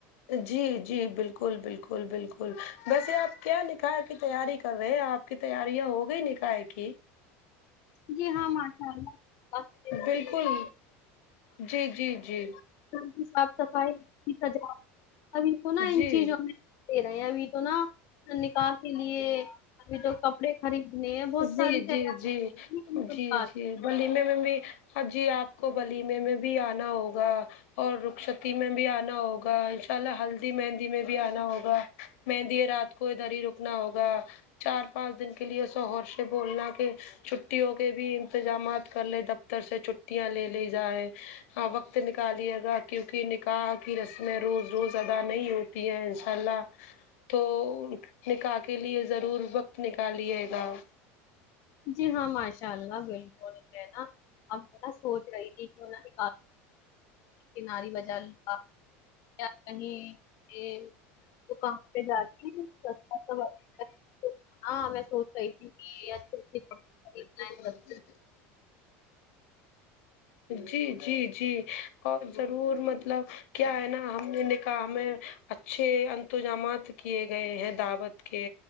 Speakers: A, on the left; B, on the left.
A: جی جی بالکل بالکل بالکل ویسے آپ کیا نکھار کی تیاری کر رہے ہیں آپ کی تیاریاں ہو گئیں نکاح کی
B: جی ہاں ماشاءاللہ <unintelligible>
A: بالکل جی جی جی
B: کی صاف صفائی کی سجاو ابھی تو نا ان
A: جی
B: چیزوں میں دے رہے ہیں ابھی تو نا نکاح کے لیے ابھی تو کپڑے خریدنے ہے بہت
A: جی
B: ساری تیاری
A: جی جی
B: سات
A: جی جی ولیمے میں بھی ہ جی آپ کو ولیمے میں بھی آنا ہوگا اور رخشتی میں بھی آنا ہوگا ان شاء اللہ ہلدی مہندی میں بھی آنا ہوگا مہندی رات کو ادھر ہی روکنا ہوگا چار پانچ دن کے لیے شوہر سے بولنا کہ چھٹیوں کے بھی انتظامات کر لے دفتر سے چھٹیاں لے لیے جائائے ہاں وقت نکالیے گا کیونکہ نکاح کی رسمیں روز روز ادا نہیں ہو ان شاء اللہ تو نکاح کے لیے ضرور وقت نکالیے ہاں
B: جی ہاں ماشاء اللہ بلکل میں نا آپ نا سوچ رہی تھی کیوں نہ نے آناری وجہ <inaudible> کہیں وہ کام پہ جاتی ہے <unintelligible> ہاں میں سوچ رہی تھی کہ <unintelligible>
A: <inaudible>
B: ہے سستے
A: جی جی جی اور ضرور مطلب کیا ہے نا ہم نے نکاح میں اچھے انتظامات کیے گئے ہیں دعوت کے